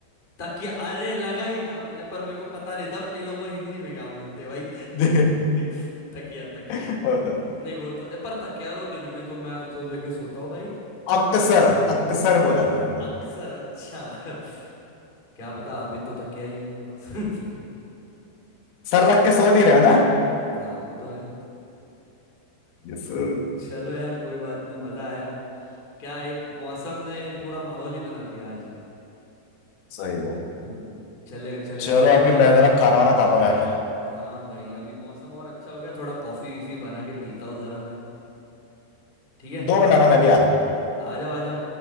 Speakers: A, on the left; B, on the left.
A: तकिया अरे लगा ही था मुझे पर मेरे को पता नहीं था पीलो को हिंदी में क्या बोलते हैं भाई
B: <laughs>
A: <laughs> तकिया तकिया
B: होता है
A: नहीं वो तो ए, पर तकिया तो दिन में तो मैं तो लेके सोता हूँ भाई
B: अक्सर अक्सर बोला था मैंने
A: अक्सर अच्छा <laughs> क्या पता अभी तो तकिया ही है मेरे पास <laughs>
B: सर रख के सो नहीं रहे हो ना
A: हाँ वो तो है
B: Yes sir
A: चलो यार कोई बात नहीं मजा आया क्या एक मौसम ने पूरा माहौल ही बना दिया आज
B: सही है
A: हम्म, चलेगा चलेगा
B: चलो
A: चलो भाई
B: अभी मैं जरा खाना वाना खाता हूँ यार
A: हाँ भाई अभी मौसम और अच्छा हो गया थोड़ा कॉफी वीफी बना के पीता हूँ जरा मैं ठीक है
B: दो बनाना मैं भी आ रहा हूँ
A: आ जाओ आ जाओ